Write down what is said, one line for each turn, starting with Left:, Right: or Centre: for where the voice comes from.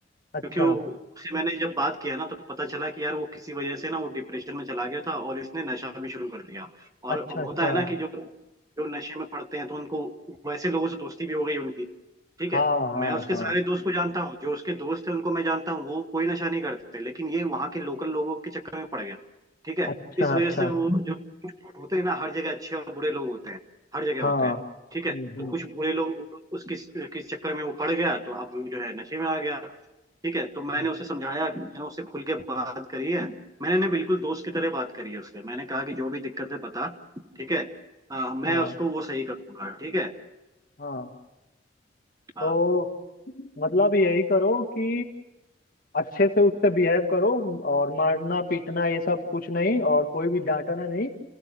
Left: अच्छा
Right: क्योंकि वो उससे मैंने जब बात किया ना तो पता चला कि यार वो किसी वजह से ना वो डिप्रेशन में चला गया था और इसने नशा भी शुरू कर दिया और
Left: अच्छा
Right: अब
Left: अच्छा
Right: होता है ना कि जो जो नशे में पड़ते हैं तो उनको वैसे लोगों से दोस्ती भी हो गई उनकी ठीक
Left: हाँ
Right: है
Left: हाँ
Right: मैं उसके
Left: हाँ
Right: सारे दोस्त को जानता हूँ जो उसके दोस्त थे उनको मैं जानता हूँ वो कोई नशा नहीं करते लेकिन ये वहाँ के लोकल लोगों के चक्कर में पड़ गया ठीक है
Left: अच्छा
Right: इस वजह
Left: अच्छा
Right: से वो जो होते हैं ना हर जगह अच्छे और बुरे लोग होते हैं हर जगह
Left: हाँ
Right: होते हैं
Left: हम्म,
Right: ठीक है
Left: हम्म,
Right: तो कुछ बुरे लोग उसके किस चक्कर में वो पड़ गया तो अब वो जो है नशे में आ गया ठीक है तो मैंने
Left: हम्म।
Right: उसे समझाया मैंने उससे खुल के बात करी है मैंने ने बिल्कुल दोस्त की तरह बात करी है उससे मैंने कहा कि जो भी दिक्कत है बता ठीक है हाँ, मैं
Left: हाँ
Right: उसको वो सही कर दूंगा ठीक है
Left: हाँ
Right: हाँ
Left: तो मतलब
Right: हम्म
Left: यही करो कि अच्छे से उससे बिहेव करो और मारना पीटना ये सब कुछ नहीं और कोई भी डांटना नहीं